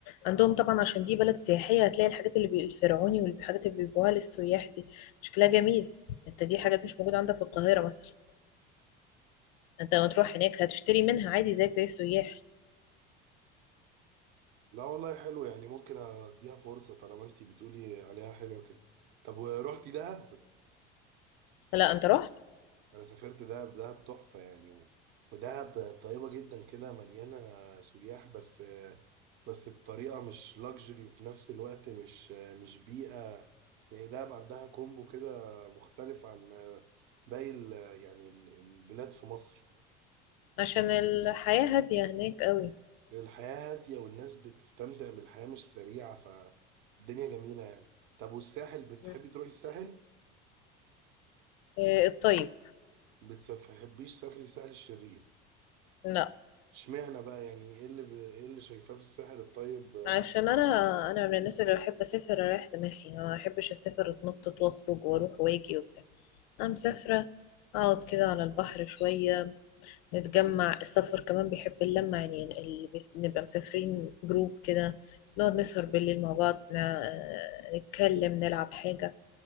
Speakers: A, on the left (about 75°); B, on the right (about 50°).
A: عندهم طبعا عشان دي بلد سياحية هتلاقي الحاجات اللي بي- الفرعوني والحاجات اللي بيبيعوها للسياح دي شكلها جميل انت دي حاجات مش موجودة عندك في القاهرة مثلا انت لما تروح هناك هتشتري منها عادي زيك زي السياح
B: لا والله حلو يعني ممكن اديها فرصة طالما انتي بتقولي عليها حلوة كده طب ورحتي دهب
A: لا انت رحت
B: انا سافرت دهب دهب تحفة يعني و... ودهب طيبة جدا كده مليانة سياح بس بس بطريقة مش لاكجري وفي نفس الوقت مش مش بيئة يعني دهب عندها كومبو كده مختلف عن باقي ال... يعني ال- البلاد في مصر
A: عشان الحياة هادية هناك قوي
B: الحياة هادية والناس بتستمتع بالحياة مش سريعة فالدنيا جميلة يعني طب والساحل بتحبي
A: م.
B: تروحي الساحل؟
A: آه، الطيب
B: بتحبيش سفري الساحل الشرير
A: لا
B: اشمعنى بقى يعني ايه اللي ب... ايه اللي شايفاه في الساحل الطيب آه،
A: عشان انا انا من الناس اللي بحب اسافر اريح دماغي ما بحبش اسافر اتنطط واخرج واروح واجي وبتاع أنا مسافرة أقعد كده على البحر شوية نتجمع السفر كمان بيحب اللمة يعني اللي بيس- نبقى مسافرين جروب كده نقعد نسهر بالليل مع بعض ن- آه، نتكلم نلعب حاجة